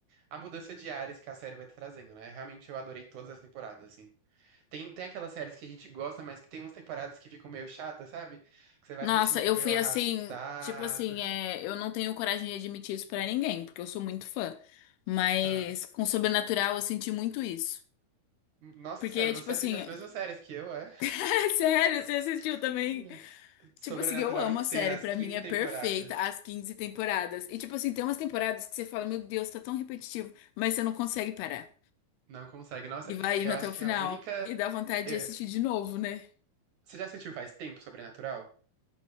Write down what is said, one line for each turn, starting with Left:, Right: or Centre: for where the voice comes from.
Right: a mudança de áreas que a série vai trazendo, né? Realmente eu adorei todas as temporadas, assim. Tem, tem aquelas séries que a gente gosta, mas que tem umas temporadas que ficam meio chatas, sabe? Que você vai
Left: Nossa,
Right: assistindo ali
Left: eu
Right: meio
Left: fui
Right: arrastado.
Left: assim, tipo assim,
Right: <laughs>
Left: é, eu não tenho coragem de admitir isso pra ninguém, porque eu sou muito fã. Mas
Right: Ah.
Left: com Sobrenatural eu senti muito isso.
Right: Nossa
Left: Porque,
Right: senhora, você
Left: tipo assim,
Right: assiste as
Left: <laughs>
Right: mesmas séries que eu, é?
Left: é sério, você assistiu
Right: <laughs>
Left: também.
Right: Sobrenatural
Left: Tipo assim, eu amo
Right: inteira,
Left: a série,
Right: as
Left: pra
Right: 15
Left: mim é
Right: temporadas.
Left: perfeita as 15 temporadas. E tipo assim, tem umas temporadas que você fala, meu Deus, tá tão repetitivo, mas você não consegue parar.
Right: Não consegue. Nossa,
Left: E vai indo
Right: eu acho
Left: até o
Right: que
Left: final.
Right: a única.
Left: E dá vontade
Right: eh,
Left: de assistir de novo, né?
Right: Você já assistiu faz tempo Sobrenatural?